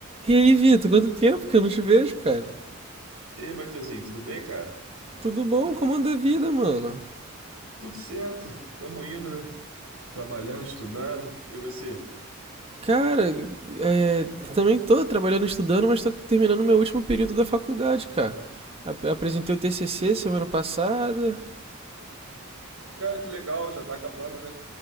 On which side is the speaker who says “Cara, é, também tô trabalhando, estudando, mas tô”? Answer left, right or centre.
Right